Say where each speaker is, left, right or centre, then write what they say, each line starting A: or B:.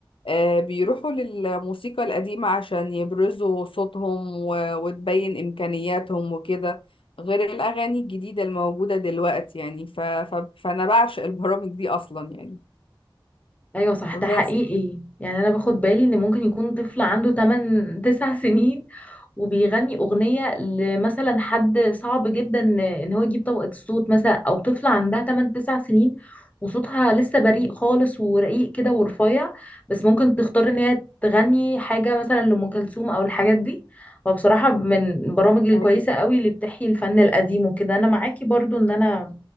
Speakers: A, on the left (about 85°); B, on the left (about 15°).
A: آه، بيروحوا للموسيقى القديمة عشان يبرزوا صوتهم و- وتبين إمكانياتهم وكده غير الأغاني الجديدة الموجودة دلوقتي يعني ف... ف... فأنا بعشق البرامج دي أصلا يعني
B: ايوه صح
A: بس
B: ده حقيقي يعني انا باخد بالي ان ممكن يكون طفل عنده 8 9 سنين وبيغني اغنيه لمثلا حد صعب جدا ان هو يجيب طبقه الصوت مثلا او طفله عندها 8 9 سنين وصوتها لسه بريء
A: <laughs>
B: خالص ورقيق كده ورفيع بس ممكن تختار ان هي تغني حاجه مثلا لام كلثوم او الحاجات دي وبصراحه من البرامج الكويسه
A: أيوة.
B: قوي اللي بتحيي الفن القديم وكده انا معاكي برضو ان انا